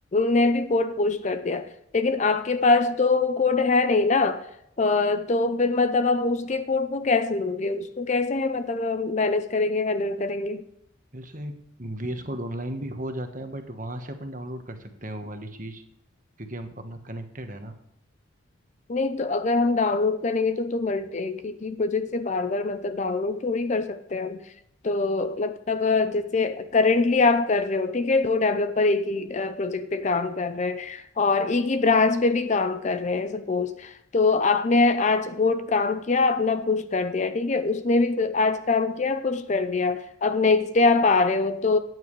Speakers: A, on the left; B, on the right.
A: ने भी कोड पुश कर दिया लेकिन आपके पास तो वो कोड है नहीं ना अ, तो फिर मतलब आप उसके कोड को कैसे लोगे उसको कैसे है मतलब मैनेज करेंगे हैंडल करेंगे
B: वैसे VS कोड ऑनलाइन भी हो जाता है बट वहाँ से अपन डाउनलोड कर सकते हैं वो वाली चीज क्योंकि हम अपना कनेक्टेड है ना
A: नहीं तो अगर हम डाउनलोड करेंगे तो तो मल्टी एक ही, ही प्रोजेक्ट से बार बार मतलब डाउनलोड थोड़ी कर सकते हैं हम तो मतलब अ, जैसे करंटली आप कर रहे हो ठीक है दो डेवलपर एक ही प्रोजेक्ट पे काम कर रहे हैं और एक ही ब्रांच पे भी काम कर रहे हैं सपोज तो आपने आज कोड काम किया अपना पुश कर दिया ठीक है उसने भी क- आज काम किया पुश कर दिया अब नेक्स्ट डे आप आ रहे हो तो